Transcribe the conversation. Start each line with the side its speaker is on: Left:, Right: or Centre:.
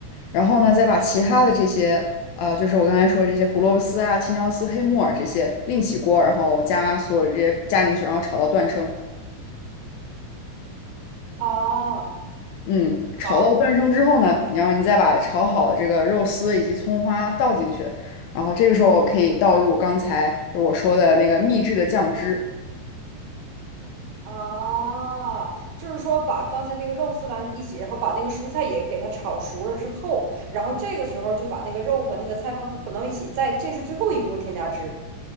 Left: 然后呢，再把其他的这些，呃，就是我刚才说的这些胡萝卜丝啊、青椒丝、黑木耳这些另起锅，然后加所有这些加进去，然后炒到断生。
Right: 啊，
Left: 嗯，
Right: 好。
Left: 炒到断生之后呢，然后你再把炒好的这个肉丝以及葱花倒进去，然后这个时候可以倒入刚才就是我说的那个秘制的酱汁。
Right: 啊，就是说把刚才那个肉丝完一起，然后把那个蔬菜也给它炒熟了之后，然后这个时候就把那个肉和那个菜放混到一起，再这是最后一步添加汁。